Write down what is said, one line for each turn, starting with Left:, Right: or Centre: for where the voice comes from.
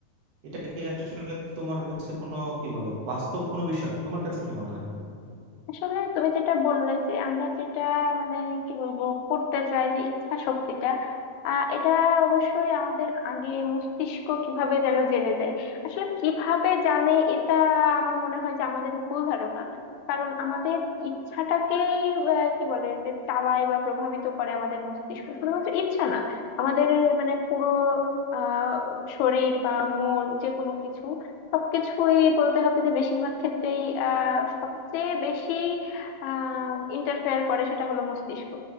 Right: এটা কি আসলে তোমার হচ্ছে কোনো কি বলে বাস্তব কোনো বিষয় তোমার কাছে কি মনে হয়
Left: আসলে তুমি যেটা বললে যে আমরা যেটা মানে কি বলবো করতে চাই যে ইচ্ছা শক্তিটা আহ, এটা অবশ্যই আমাদের আগে মস্তিষ্ক কিভাবে যেন জেনে যায় আসলে কিভাবে জানে এটা আমার মনে হয় যে আমাদের ভুল ধারণা কারণ আমাদের ইচ্ছাটাকেই আহ, কি বলে যে চালায় বা প্রভাবিত করে আমাদের মস্তিষ্ক শুধুমাত্র ইচ্ছা না আমাদের মানে পুরো আহ শরীর বা মন যে কোনো কিছু সবকিছুই বলতে হবে যে বেশিরভাগ ক্ষেত্রেই আহ সবচেয়ে বেশি আহ ইন্টারফেয়ার করে সেটা হলো মস্তিষ্ক